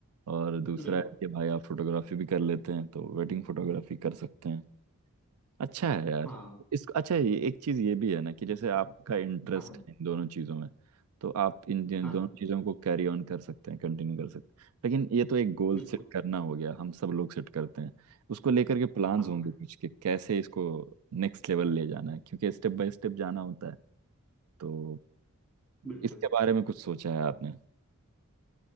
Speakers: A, on the right; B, in the centre.
A: और दूसरा
B: बिल्कुल
A: है कि भाई आप फोटोग्राफी भी कर लेते हैं तो वेडिंग फोटोग्राफी कर सकते हैं अच्छा है यार
B: हाँ
A: इस अच्छा ये एक चीज ये भी है ना कि जैसे आपका इंटरेस्ट
B: हाँ हाँ
A: है इन दोनों चीजों में तो आप इन दिन-
B: हाँ,
A: दोनों चीजों को कैरी ऑन कर सकते हैं कंटिन्यू कर सकते हैं लेकिन ये तो एक गोल
B: बिल्कुल
A: सेट करना हो गया हम सब लोग सेट करते हैं उसको लेकर के प्लान्स
B: हाँ
A: होंगे
B: हाँ,
A: कुछ कि कैसे इसको नेक्स्ट लेवल ले जाना है क्योंकि स्टेप बाय स्टेप जाना होता है तो
B: बिल्कुल
A: इसके बारे में कुछ सोचा है आपने